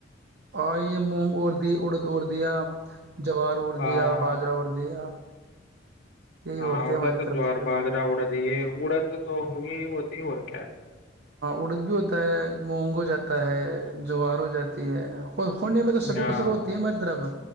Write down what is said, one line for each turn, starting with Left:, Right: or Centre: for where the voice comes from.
Right: آئیے مونگ ا دی اڑدڑ دیا جوار اور
Left: ہاں
Right: دیا باجرہ اور دیا یہی
Left: ہاں
Right: عورتیں
Left: ادھر
Right: ہماری
Left: تو
Right: طرف
Left: جوار
Right: سے
Left: باجرا
Right: کریں
Left: اڑ دیے اڑد تو ہوئی ہوتی اور <inaudible>
Right: ارد بھی ہوتا ہے مونگ ہو جاتا ہے جوار ہو جاتی ہے ہونے میں
Left: ہے۔
Right: تو سبھی
Left: ہاں
Right: فصل ہوتی ہے ہماری طرف